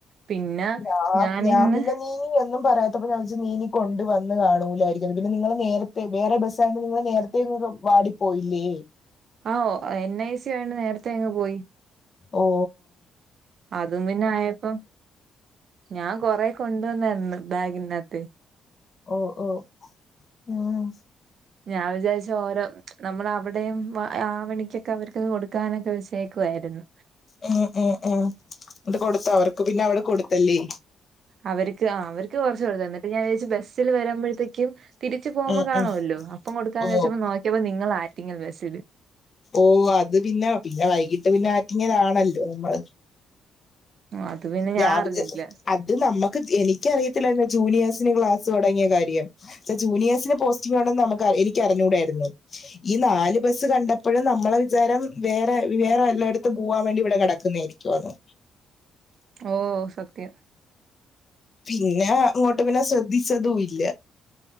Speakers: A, on the right; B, on the left.
A: പിന്നെ.
B: ഞാ
A: ഞാനിന്ന്
B: ഞാൻ പിന്നെനീ. നീയൊന്നും പറയാത്തപ്പോ ഞാൻവെച്ച് നീ ഇനി കൊണ്ട് വന്ന് കാണൂലായിരിക്കുംഅത്പിന്നെ നിങ്ങൾ നേരത്തെ വേറെ ബസ്സയൊണ്ട്‌ നിങ്ങള് നേര. ഇന്നും വാടി പോയില്ലേ.
A: ആഹ് ഒ എൻ ഐ സി ആയോണ്ട് നേരത്തെ അങ്ങ്പോയി.
B: ഓഹ്.
A: അതും പിന്നെ ആയപ്പം ഞാൻ കൊറെ കൊണ്ടുവന്നായിരുന്നു ബാഗിനാത്തെ.
B: ഓ ഓ ഉം.
A: ഞാൻ വിചാരിച്ചോരോ നമ്മളവിടെയം ആവണിക്കൊക്കെ അവർക്ക് കൊടുക്കാനൊക്കെവെച്ച്. കേക്കുവായിരുന്ന്.
B: ഉം ഉം ഉം ന്നിട്ട് കൊടുത്തോ അവർക്ക് പിന്നെ അവിടെ കൊടുത്തല്ലേ.
A: അവരിക്ക് ആ അവർക്ക് കൊറച് കൊടുത്തു എന്നിട്ട് ഞാൻ വേച്ചു ബസ്സ് ബസിൽ വരുമ്പഴ്ത്തേക്കും തിരിച്ച് പോവുമ്പോ
B: ഉം
A: കാണുവല്ലോ
B: ഉം
A: അപ്പം കൊടുക്കാന്ന്
B: ഓ
A: വെച്ചപ്പ നോ ഇപ്പം നിങ്ങളാറ്റിങ്ങൽ ബസ്സില്
B: ഓ അത് പിന്ന പിന്ന വൈകിട്ട് പിന്ന ആറ്റിങ്ങലാണല്ലോ നമ്മള്
A: അത് പിന്നെ
B: ഞാൻ
A: അറിഞ്ഞില്ല
B: ഇത്‌ അത് നമ്മക്ക് എനിക്കറിയത്തില്ലര്ന്ന് ജൂനിയേഴ്സിന് ക്ലാസ്സ് തൊടങ്ങിയ കാര്യം ജൂനിയേഴ്സിന് പോസ്റ്റിംഗ് ആണെന്ന്ള്ള നമക്ക് എനിക്ക് അറിഞ്ഞൂടായിര്ന്ന് ഈ നാല് ബസ്സ് കണ്ടപ്പഴും നമ്മള വിചാരം വേറെ വേറെ വല്ലടത്തും പോവാൻ വേണ്ടി ഇവടെ കെട ക്കുന്നേരിക്കുവാണോ?
A: ഓഹ് സത്യം.
B: പിന്നേ അങ്ങോട്ട് പിന്ന ശ്രദ്ധിച്ചതൂ ഇല്ല.